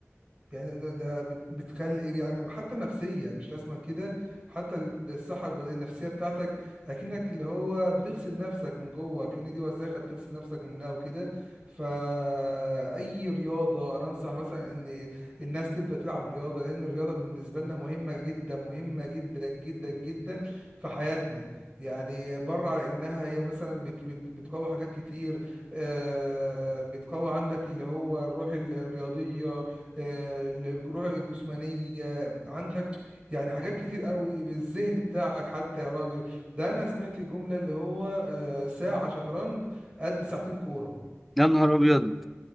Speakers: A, on the right; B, in the centre.
A: يعني ده ده بت- بتخلي يعني حتى النفسية مش لازما كده حتى ال- الصحة الب- النفسية بتاعتك أكنك اللي هو بتغسل نفسك من جوه أكن دي وساخة بتغسل نفسك منها وكده فأي رياضة أنا أنصح مثلا إن الناس تبدأ تلعب رياضة لأن الرياضة بالنسبة لنا مهمة جدا مهمة جدا جدا جدا في حياتنا يعني بره على إنها هي مثلا بت بت بتقوي حاجات كتير آه، بتقوي عندك اللي هو الروح الرياضية آه، الجروح الجسمانية عندك يعني حاجات كتير قوي بالذهن بتاعك حتى يا راجل ده انا سمعت جملة اللي هو آه، ساعة شطرنج قد ساعتين كورة
B: يا نهار أبيض